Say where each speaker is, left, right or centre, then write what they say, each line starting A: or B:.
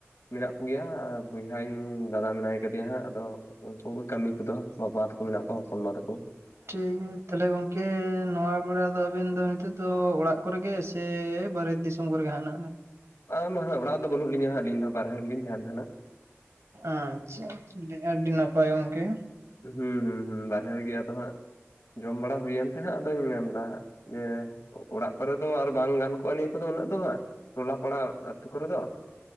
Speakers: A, on the left; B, on the right.
A: ᱢᱮᱱᱟᱜ ᱠᱚᱜᱮᱭᱟ ᱵᱚᱭᱦᱟᱧ ᱫᱟᱫᱟ ᱢᱮᱱᱟᱭ ᱠᱮᱭᱟ ᱦᱟᱸᱜ, ᱟᱫᱚ ᱩᱱᱠᱩ ᱠᱟᱹᱢᱤ ᱠᱚᱫᱚ, ᱵᱟᱵᱟ ᱛᱟᱠᱚ ᱢᱮᱱᱟᱜ ᱠᱚᱣᱟ, ᱦᱚᱯᱚᱱ ᱵᱟ ᱛᱟᱠᱚ᱾
B: ᱴᱷᱤᱠ <unintelligible> ᱛᱟᱦᱞᱮ ᱜᱚᱝᱠᱮ, ᱱᱚᱣᱟ ᱵᱮᱲᱟ ᱫᱚ, ᱟᱵᱤᱱ ᱫᱚ ᱱᱤᱛᱚᱜ ᱫᱚ ᱚᱲᱟᱜ ᱠᱚᱨᱮ ᱜᱮ ᱥᱮᱹᱹ ᱥᱮ ᱵᱟᱨᱦᱮ ᱫᱤᱥᱚᱢ ᱠᱚᱨᱮᱜᱮ ᱦᱟ <unintelligible> ᱱᱟ
A: ᱟᱢᱟ ᱦᱟᱸᱜ ᱚᱲᱟᱜ ᱫᱚ ᱵᱟᱹᱱᱩᱜ ᱞᱤᱧᱟ ᱦᱟᱸᱜ ᱟᱹᱞᱤᱧ ᱫᱚ ᱵᱟᱦᱮᱨᱮᱤᱧ ᱛᱟᱦᱮᱱ ᱠᱟᱱᱟ᱾
B: ᱟᱪᱷᱟ <unintelligible>
A: ᱦᱩᱸ ᱦᱩᱸ ᱦᱩᱸ ᱵᱟᱨᱦᱮ ᱨᱮ ᱜᱮ ᱟᱫᱚ ᱦᱟᱸᱜ᱾ ᱡᱚᱢ ᱵᱟᱲᱟ ᱦᱩᱭᱮᱱ ᱛᱮ ᱦᱟᱸᱜ ᱟᱫᱚᱧ ᱢᱮᱱᱫᱟ ᱡᱮ ᱚᱲᱟᱜ ᱠᱚᱨᱮ ᱫᱚ ᱟᱨᱹᱹ ᱵᱟᱝ ᱜᱟᱱ ᱠᱚᱜᱼᱟ ᱱᱤᱭᱟᱹ ᱠᱚᱫᱚ ᱩᱱᱟᱹᱜ ᱫᱚ ᱦᱟᱸᱜ ᱴᱚᱞᱟ ᱯᱟᱲᱟ ᱟᱹᱛᱩ ᱠᱚᱨᱮ ᱫᱚ